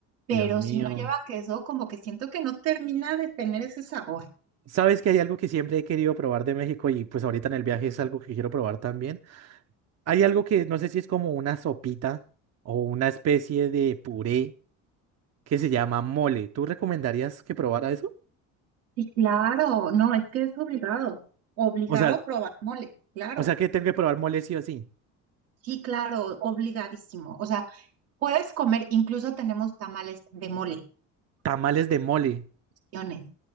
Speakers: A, on the right; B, on the right.
A: pero
B: Dios mío.
A: si no lleva queso, como que siento que no termina de tener ese sabor.
B: ¿Sabes que hay algo que siempre he querido probar de México y pues ahorita en el viaje es algo que quiero probar también? Hay algo que no sé si es como una sopita o una especie de puré que se llama mole. ¿Tú recomendarías que probara eso?
A: Sí, claro, no, es que es obligado, obligado
B: O sea,
A: a probar mole, claro,
B: o sea que tengo que probar mole sí o sí.
A: sí, claro, obligadísimo. O sea, puedes comer, incluso tenemos tamales de mole.
B: Tamales de mole.
A: opciones.